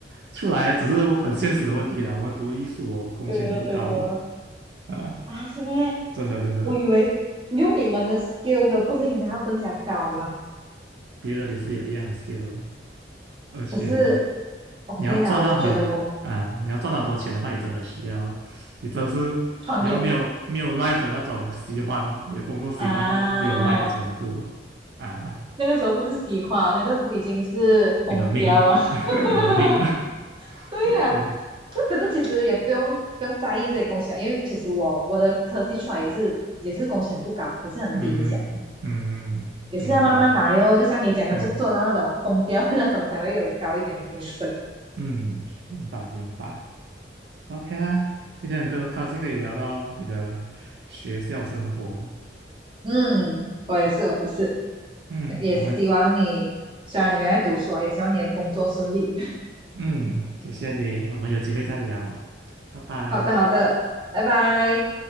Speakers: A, on the right; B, on the right.
A: 出来只是很现实的问题啦。我们读艺术哦，工钱是不高的
B: 对哦，对哦。
A: 啊，
B: 啊，是咩？
A: 真的真的，
B: 我以为用你们的 skills 不是应该要更加高吗？
A: 别人也是有一样的 skill，哦而且
B: 可是 OK
A: 你要赚到很啊，
B: 啦，我觉得我
A: 你要赚到很多钱的话，你真的需要，你真的是你要没有没有
B: 创业
A: life 的那种喜欢，你的工作喜欢到没有
B: 啊，
A: life 的程度啊，
B: 那个时候不是喜欢，那个已经是疯掉了。
A: 你的命，
B: <laughs>
A: <laughs> 你的命啊
B: 对呀、
A: ，OK，
B: 那可是其实也不用不用在意这些工钱，因为其实我我的科技出来也是也是工钱不高，也是很低一下，
A: 嗯嗯，
B: 也是要慢慢来哟。
A: 明白，
B: 就像你讲的，
A: 嗯
B: 就做到那种疯掉的那种才会有高一点的薪水。
A: 嗯，明白明白，OK 啦，今天很高高兴可以聊到你的学校生活，
B: 嗯，我也是，我也是，
A: 嗯，
B: 也希望你虽然你没有在读书啊，
A: 我们
B: 也希望你的工作顺利。
A: 嗯，谢谢你，我们有机会再聊，拜拜。
B: <laughs> 好的，好的，拜拜。